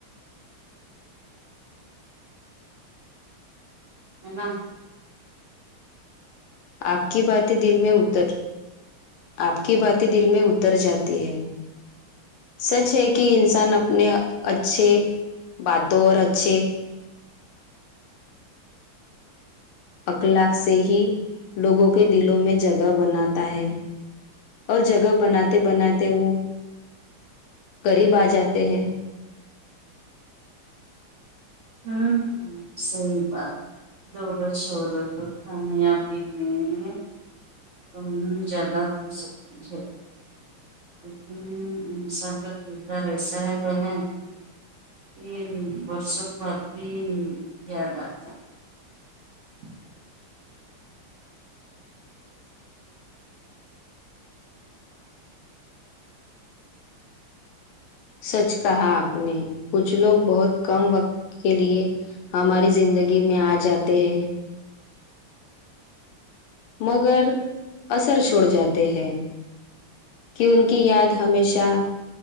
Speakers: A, on the right (about 75°); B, on the left (about 80°).
A: ہے نہ
B: آپ کی باتیں دل میں اتر آپ کی باتیں دل میں اتر جاتی ہے سچ ہے کہ انسان اپنے اچھے باتوں اور اچھے اخلاق سے ہی لوگوں کے دلوں میں جگہ بناتا ہے اور جگہ بناتے بناتے وہ قریب آ جاتے ہیں
A: ہاں صحیح بات ہے دولت شہرت اور کامیابی میں کم زیادہ ہو سکتی ہے لیکن انسان کا کردار ایسا ہے بہن یہ برسوں بعد بھی یاد آتا ہے جی
B: سچ کہا آپ نے کچھ لوگ بہت کم وقت کے لیے ہماری زندگی میں آ جاتے ہیں مگر اثر چھوڑ جاتے ہیں کہ ان کی یاد ہمیشہ